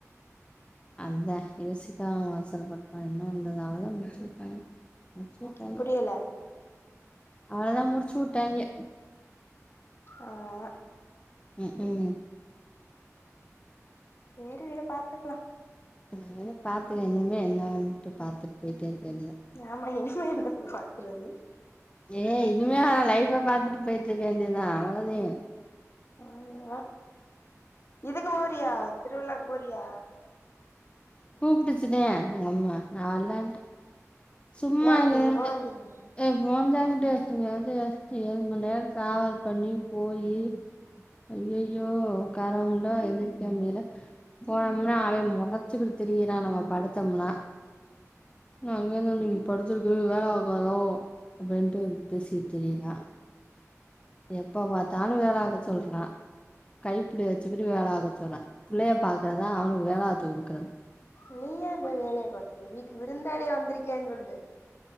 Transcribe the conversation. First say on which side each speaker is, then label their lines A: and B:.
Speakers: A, on the left; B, on the left.
A: அதா யோசிக்கா அவசரப்பட்டா என்ன பண்றது அவள்தா முடிச்சுட்டாய்ங்க முடிச்சு உட்டா
B: புரியல
A: அவ்ளதா முடிச்சு உட்டாய்ங்க
B: அவ்ளதா
A: ம்க்ம்
B: சேரி விடு பாத்துக்லா
A: நானு பாத்துக்க இனிமே என்னான்ட்டு பாத்துட் போய்ட்டே இருக்க வேண்டிதா
B: ஆமா இனிமே என்னத்த பாக்குறது
A: ஏய் இனிமே அவ லைஃப்ப பாத்துட்டு போயிட்டுருக்க வேண்டியதா அவ்வளதே
B: அவ்ளதா இதுக்கு போரியா திருவிழாக்கு போரியா
A: கூப்புட்டுச்சுதே எங்கம்மா நா வர்லன்ட்டே சும்மா
B: ஏன்டி
A: எழுந்து
B: போ வேண்டியதான
A: ஏ போந்தே அங்கிட்டு இங்கந்து ஏ ஏழு மண் நேர டிராவல் பண்ணி போயி ஐய்யய்யோ உக்கார முல்ல எந்திரக்க முடியல போனோம்னா அவே மொறச்சுக்கிட்டு திரியிரா நம்ம படுத்தம்முனா இன்னா அங்கேந்து வந்து இங்க படுத்துருக்கு வேல பாக்காதா அப்படின்ட்டு பேசிக்கிட் திரியிரா எப்ப பத்தாலு வேல பாக்க சொல்றா கைப்புள்ளைய வெச்சுக்கிட்டு வேல பாக்க சொல்றா புள்ளைய பாக்குறதா அவனுக்கு வேல பாத்து குடுக்கறது
B: நீ ஏ போய் வேலைய பாக்குற வீட்டுக்கு விருந்தாலியா வந்திருக்கேன் சொல்லு